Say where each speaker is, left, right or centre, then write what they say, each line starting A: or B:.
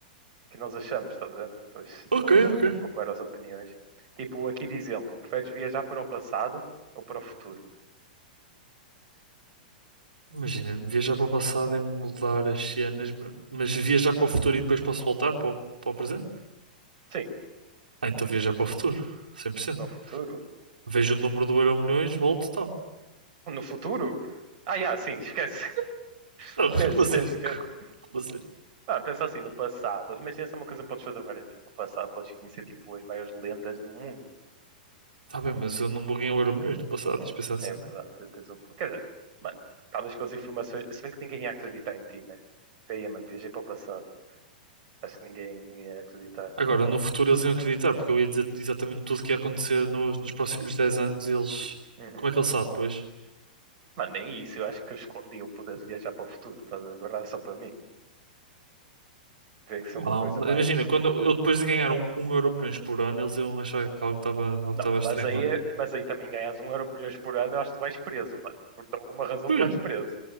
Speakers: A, on the right; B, on the right.
A: que nós achamos, estás a ver? Talvez,
B: Ok,
A: talvez
B: ok.
A: comparar as opiniões. Tipo, aqui de exemplo, preferes viajar para o passado ou para o futuro?
B: Imagina, viajar para o passado é mudar as cenas, ma- mas viajar para o futuro e depois posso voltar para o, para o presente?
A: Sim,
B: Ah, então viajar para o futuro, cem por cento
A: para o futuro.
B: Vejo o número do Euromilhões, volto, e tal.
A: No futuro? Ah, yeah, sim, esquece, <laughs>
B: Não, <laughs>
A: esquece,
B: como
A: esquece,
B: assim?
A: esquece.
B: Como assim?
A: Não, pensa assim, no passado, imagina se é uma coisa que podes fazer várias vezes. No passado podes conhecer tipo as maiores lendas do mundo.
B: Tá bem, mas eu não buguei o Euromilhões no passado, tens de pensar assim.
A: É verdade, tu tens um. Quer dizer, mano, estavas com as informações. Se bem que ninguém ia acreditar em ti, né? Tipo, aí, mano, viajei para o passado. Acho que ninguém, ninguém ia acreditar.
B: Agora, no futuro eles iam acreditar, porque eu ia dizer exatamente tudo o que ia acontecer nos, nos próximos 10 anos e eles...
A: Uhum.
B: Como é que ele sabe, pois?
A: Mano, nem isso, eu acho que eu escondi o poder de viajar para o futuro, tá? a ver? só para mim. Teria que ser uma
B: Ah,
A: coisa mais
B: imagina, quando eu depois de ganhar um, um euro milhões por ano, eles iam achar que algo estava algo
A: Não,
B: estava
A: mas
B: estranho
A: aí,
B: lá.
A: mas aí também ganhas um euro milhões por ano, eu acho que tu vais preso, mano. Por alguma razão
B: Olha,
A: tu vais preso.